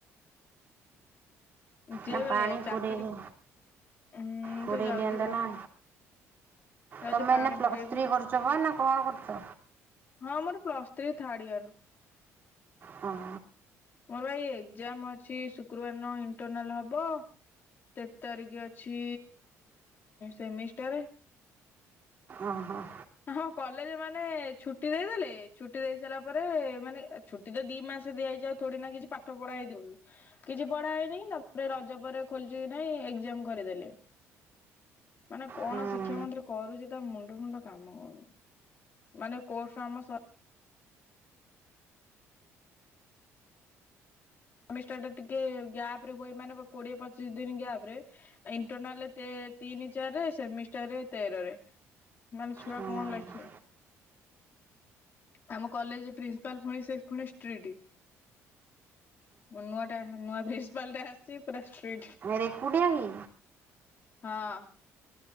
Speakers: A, on the left; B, on the right.
A: ଯିଏ
B: ନା ପାଣି
A: ଚାକିରି
B: ପୁରେଇଲି
A: ମୁଁ
B: ପୁରେଇ
A: ତ ଯାଉଛି
B: ଦିଆନ୍ତନା।
A: ଯାଉଛି
B: ତମେ
A: ପାଣି
B: ଏଇନା ପ୍ଲସ
A: ପୁରେଇବି
B: ଥ୍ରୀ କରୁଛ ବା ନା କଣ କରୁଛ?
A: ହଁ ମୋର ପ୍ଲସ ଥ୍ରୀ ଥାର୍ଡ ଇୟର।
B: ହଁ।
A: ମୋର ବା ଇଏ ଏକ୍ଜାମ ଅଛି ଶୁକ୍ରବାର ନ ଇଣ୍ଟରନାଲ ହବ। ତେର ତାରିଖ ଅଛି ସେମିଷ୍ଟାର।
B: ଅ‌ ହ।
A: ଆମ କଲେଜ ମାନେ ଛୁଟି ଦେଇଦେଲେ ଛୁଟି ଦେଇ ସାରିଲା ପରେ ମାନେ ଛୁଟି ତ ଦି ମାସ ଦିଆ ହେଇଛି ଆଉ ଥୋଡି ନା କିଛି ପାଠ ପଢା ହେଇ ଥିବା କି କିଛି ପଢା ହେଇନି ତ ରଜ ପରେ ଖୋଲିଛି କି ନାଇଁ ଏକ୍ଜାମ୍ କରିଦେଲେ। ମାନେ କଣ
B: ହଁ
A: ଶିକ୍ଷା ମନ୍ତ୍ରୀ କରୁଛି ତା ମୁଣ୍ଡ ଫୁଣ୍ଡ କାମ କରୁନି ମାନେ କୋର୍ସ ଆମ ସ ସେମିଷ୍ଟର ଟା ଟିକେ ଗ୍ୟାପ ରେ ହୁଏ ମାନେ କୋଡିଏ ପଚିଶ ଦିନ ଗ୍ୟାପ ରେ ଇଣ୍ଟରନାଲରେ ତେ ତିନି ଚାରିରେ ସେମିଷ୍ଟରରେ ତେରରେ। ମାନେ ଛୁଆ
B: ହଁ
A: କଣ ଲେଖିବେ। ଆମ କଲେଜ ପ୍ରିନ୍ସିପାଲ ପୁଣି ସେ ପୁଣି ଷ୍ଟ୍ରିଟ ନୂଆ ଟା ନୂଆ ପ୍ରିନସିପାଲଟା ଆସି ପୁରା ଷ୍ଟ୍ରିଟ୍।
B: ରେକୁଟିଆ କି?
A: ହଁ।